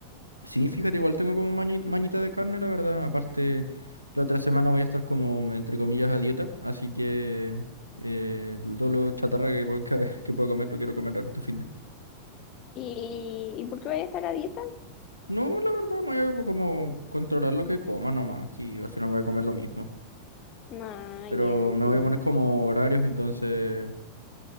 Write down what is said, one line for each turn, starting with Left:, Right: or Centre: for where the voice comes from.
Right: Sí, fíjate, igual tengo como mañi- mañita de carne, la verdad. Aparte, la otra semana voy a estar como, entre comillas, a dieta, así que eh, todo lo chatarra que, puedo- <laughs> que, que pueda comer lo quiero comer ahora este fin de...
Left: ¿Y, ¿y por qué voy a estar a dieta?
Right: No, la verdad, me voy a como controlar lo que coma nomás, y al final voy a comer lo mismo.
Left: Ah,
Right: Pero
Left: ya, entiendo.
Right: me voy a poner como horarios, entonces